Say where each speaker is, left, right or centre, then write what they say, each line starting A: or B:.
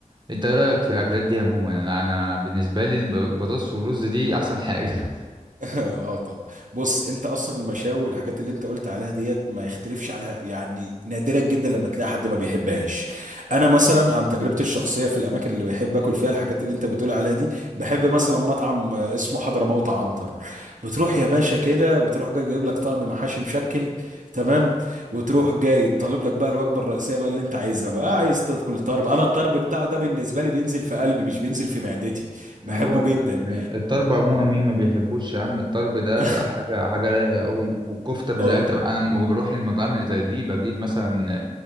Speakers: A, on the right; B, on the right.
A: انت ايه رايك في الاكلات دي عموما انا انا بالنسبه لي الب- البطاطس والرز دي احسن حاجه <laughs>
B: <laughs> اه طبعا بص انت اصلا المشاوي والحاجات اللي انت قلت عليها ديت ما يختلفش عليها يعني نادرا جدا لما تلاقي حد ما بيحبهاش انا مثلا عن تجربتي الشخصيه في الاماكن اللي بحب اكل فيها الحاجات اللي انت بتقول عليها دي بحب مثلا مطعم آه، اسمه حضرموت عنتر بتروح يا باشا كده بتروح جاي جايب لك طقم محاشي مشكل تمام وتروح جاي طالب لك بقى الوجبه الرئيسيه بقى اللي انت عايزها بقى عايز تاكل طرب انا الطرب بتاعه ده بالنسبه لي بينزل في قلبي مش بينزل في معدتي بحبه
A: ما هو الاكل
B: جدا
A: يعني. الطرب عموما مين ما بيحبوش يا عم الطرب ده
B: <laughs>
A: حاجه حاجه رايقه قوي والكفته بز...
B: اه
A: يعني انت انا لما بروح المطاعم اللي زي دي بجيب مثلا